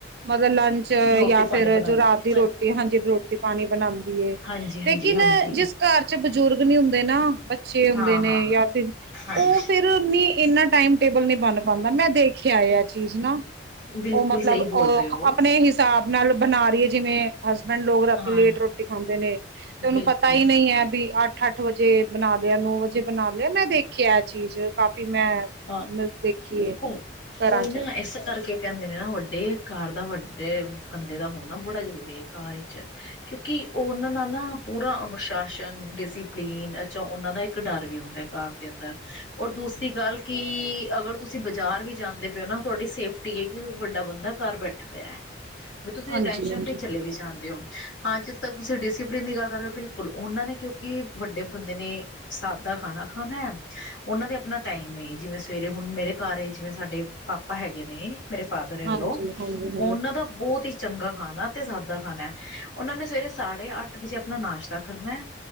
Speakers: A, on the right; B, on the left.
A: ਮਤਲਬ ਲੰ ਚ
B: ਰੋਟੀ
A: ਜਾਂ
B: ਪਾਣੀ
A: ਫਿਰ
B: ਬਣਾਉਂਦੀ
A: ਜੋ ਰਾਤ
B: ਹੈ
A: ਦੀ ਰੋਟੀ ਐ, ਹਾਂਜੀ ਰੋ ਪਾਣੀ ਬਣਾਂਦੀ ਏ,
B: ਹਾਂਜੀ ਹਾਂਜੀ
A: ਲੇਕਿਨ
B: ਹਾਂਜੀ
A: ਜਿਸ ਘਰ ਚ ਬਜ਼ੁਰਗ ਨੀ ਹੁੰਦੇ ਨਾ ਬੱਚੇ ਹੁੰਦੇ
B: ਹਾਂ
A: ਨੇ,
B: ਹਾਂ
A: ਜਾਂ ਫਿਰ
B: ਹਾਂਜੀ
A: ਉਹ ਫਿਰ ਨਹੀਂ, ਇੰਨਾ ਟਾਈਮ ਟੇਬਲ ਨਹੀਂ ਬਣ ਪਾਂਦਾ, ਮੈਂ ਦੇਖਿਆ ਏ ਆਹ ਚੀਜ਼ ਨਾ।
B: ਬਿਲਕੁਲ
A: ਉਹ ਮਤਲਬ
B: ਸਹੀ
A: ਅ
B: ਬੋਲ ਰਹੇ ਹੋ
A: ਆਪਣੇ ਹਿਸਾਬ ਨਾਲ ਬਣਾ ਰਹੀ ਏ, ਜਿਵੇਂ ਹਸਬੈਂਡ ਲੋਕ ਰਾਤੀ
B: ਹਾਂ
A: ਲੇਟ ਰੋਟੀ ਖਾਂਦੇ ਨੇ, ਤੇ ਉਹਨੂੰ
B: ਬਿਲਕੁਲ
A: ਪਤਾ ਹੀ ਨਈ ਐ ਵੀ ਅੱਠ-ਅੱਠ ਅੱਠ ਵਜੇ ਬਣਾ ਲਿਆ, ਨੌ ਵਜੇ ਬਣਾ ਲਿਆ, ਮੈਂ ਦੇਖ ਕਿ ਆ ਚੀਜ਼, ਕਾਫੀ ਮੈਂ
B: ਹਾਂ
A: ਮ ਦੇਖੀਏ
B: ਬਿਲਕੁਲ
A: ਘਰਾਂ
B: ਉਹੀ
A: ਚ
B: ਨਾ ਇਸ ਕਰਕੇ ਕਹਿੰਦੇ ਨੇ ਨਾ ਵੱਡੇ ਘਰ ਦਾ ਵੱਡੇ ਬੰਦੇ ਦਾ ਹੋਣਾ ਬੜਾ ਜ਼ਰੂਰੀ ਐ ਘਰ ਵਿੱਚ। ਕਿਉਂਕਿ ਉਹ ਉਹਨਾਂ ਨਾਲ ਨਾ ਪੂਰਾ ਅਨੁਸ਼ਾਸਨ, ਡਿਸੀਪਲੀਨ ਚ ਉਹਨਾਂ ਦਾ ਇੱਕ ਡਰ ਵੀ ਹੁੰਦਾ ਘਰ ਦੇ ਅੰਦਰ, ਔਰ ਦੂਸਰੀ ਗੱਲ ਕਿ ਕਿ ਅਗਰ ਤੁਸੀਂ ਬਾਜ਼ਾਰ ਵੀ ਜਾਂਦੇ ਪਏ ਹੋ ਨਾ ਤੁਹਾਡੀ ਸੇਫਟੀ ਐ, ਕਿ ਵੱਡਾ ਬੰਦਾ ਘਰ ਬੈਠਾ ਹੋਇਆ। ਵੀ ਤੁਸੀਂ
A: ਹਾਂਜੀ-ਹਾਂਜੀ,
B: ਟੈਨਸ਼ਨ ਫਰੀ ਚਲੇ ਵੀ ਜਾਣਦੇ ਹੋ। ਹਾਂ ਜਿੱਥੇ ਤੱਕ ਤੁਸੀਂ ਡਿਸਪਲਿਨ ਦੀ ਗੱਲ ਕਰ ਰਹੇ ਹੋ, ਬਿਲਕੁਲ ਉਹਨਾਂ ਨੇ ਕਿਉਂਕਿ ਵੱਡੇ ਬੰਦੇ ਨੇ ਸਾਦਾ ਖਾਣਾ ਖਾਣਾ ਐ। ਉਹਨਾਂ ਦੇ ਆਪਣਾ ਟਾਈਮ ਏ, ਜਿਵੇਂ ਸਵੇਰੇ ਹੁਣ ਮੇਰੇ ਘਰ ਜਿਵੇਂ ਸਾਡੇ ਪਾਪਾ ਹੈਗੇ ਨੇ ਮੇਰੇ ਫਾਦਰ ਇਨ
A: ਹਾਂਜੀ-ਹਾਂਜੀ,
B: ਲੋ, ਉਹਨਾਂ ਦਾ ਬਹੁਤ ਹੀ ਚੰਗਾ ਖਾਣਾ ਤੇ ਸਾਦਾ ਖਾਣਾ, ਉਹਨਾਂ ਨੇ ਸਵੇਰੇ ਸਾਢੇ ਅੱਠ ਵਜੇ ਆਪਣਾ ਨਾਸ਼ਤਾ ਕਰਨਾ।